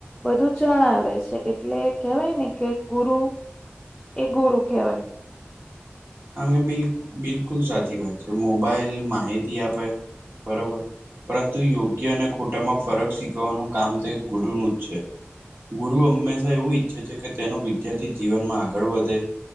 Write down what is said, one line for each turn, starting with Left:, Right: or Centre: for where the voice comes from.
Centre: બધું જણાવે છે એટલે કેહેવાય ને કે ગુરુ એ ગુરુ કહેવાય.
Right: આમ એ બિલ બિલકુલ સાચી વાત છે મોબાઇલ માહિતી આપે બરોબર પરંતુ યોગ્ય અને ખોટામાં ફરક શીખવવાનું કામ તે ગુરુનું જ છે. ગુરુ હંમેશા એવું ઈચ્છે છે કે તેનો વિદ્યાર્થી જીવનમાં આગળ વધે